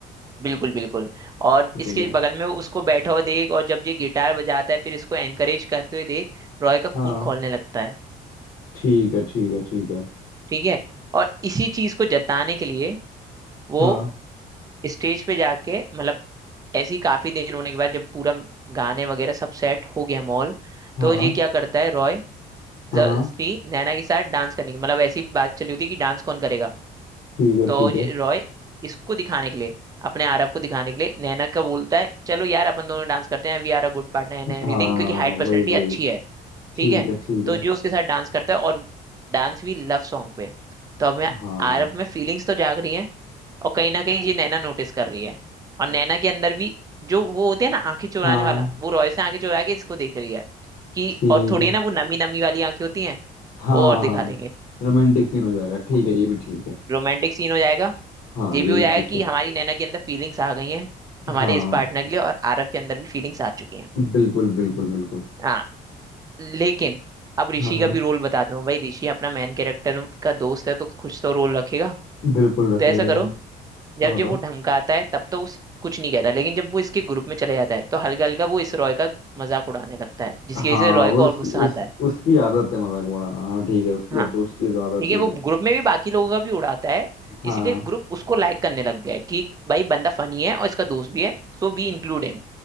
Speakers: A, on the right; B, on the left.
A: बिल्कुल बिल्कुल और
B: ठीक
A: इसके
B: है
A: बगल में वो उसको बैठा हुआ देख और जब ये गिटार बजाता है फिर इसको एनकरेज करते हुए देख रॉय का
B: हाँ
A: खून खौलने लगता है
B: ठीक है ठीक है ठीक है
A: ठीक है और इसी चीज को जताने के लिए वो
B: हाँ
A: स्टेज पे जाके मतलब ऐसी काफी देर होने के बाद जब पूरा गाने वगैरह सब सेट हो गया मॉल
B: हाँ
A: तो ये क्या करता है रॉय
B: हाँ
A: जबरदस्ती
B: हाँ
A: नैना के साथ डांस करने की मतलब ऐसी बात चली होती है कि डांस कौन करेगा
B: ठीक है
A: तो
B: ठीक
A: ये
B: है
A: रॉय इसको दिखाने के लिए अपने आरव को दिखाने के लिए नैना का बोलता है चलो यार अपन दोनों डांस करते हैं we are a good partner and everything
B: हाँ
A: क्योंकि हाइट पर्सनैलिटी
B: वही वही
A: अच्छी है
B: ठीक
A: ठीक है
B: है ठीक
A: तो
B: है
A: जो उसके साथ डांस करता है और डांस भी लव सॉन्ग पे तो अब मैं
B: हाँ
A: आरव में फीलिंग्स तो जाग रही हैं और कहीं ना कहीं ये नैना नोटिस कर रही है और नैना के अंदर भी जो वो होते हैं ना आंखें चुराने
B: हाँ
A: वाला वो रॉय से आंखें चुरा के इसको देख रही है कि
B: ठीक
A: और थोड़ी
B: है
A: है ना वो नमी नमी वाली आंखें होती हैं
B: हाँ
A: और दिखा देंगे
B: रोमांटिक सीन हो जाएगा ठीक है ये भी ठीक है
A: रोमांटिक सीन हो जाएगा
B: हाँ
A: ये
B: ये
A: भी हो
B: भी
A: जाएगा
B: ठीक
A: कि
B: है
A: हमारी नैना के अंदर फीलिंग्स आ गई हैं हमारे
B: हाँ
A: इस पार्टनर के लिए और आरव के अंदर भी फीलिंग्स आ चुकी हैं
B: बिल्कुल बिल्कुल बिल्कुल
A: हाँ लेकिन अब ऋषि
B: हाँ
A: का
B: हाँ
A: भी रोल बता दूं भाई ऋषि अपना मेन कैरेक्टर का दोस्त है तो कुछ तो रोल रखेगा
B: बिल्कुल रखेगा
A: तो ऐसा
B: यार
A: करो जब
B: हाँ बताओ
A: जब वो धमकाता है तब तो उस कुछ नहीं कहता लेकिन जब वो इसके ग्रुप में चले जाता है तो हल्का हल्का वो इस रॉय का मजाक उड़ाने लगता है जिसकी
B: हाँ
A: वजह से रॉय
B: वो
A: को
B: उसकी
A: और गुस्सा
B: उस
A: आता है
B: उसकी आदत है मजाक उड़ाना हाँ ठीक है उसकी
A: हाँ,
B: अब तो उसकी तो आदत
A: ठीक
B: ही
A: है वो
B: है
A: ग्रुप में भी बाकी लोगों का भी उड़ाता है
B: हाँ
A: इसीलिए ग्रुप उसको लाइक करने लग गया है कि भाई बंदा फनी है और इसका दोस्त भी है सो वी इंक्लूड हिम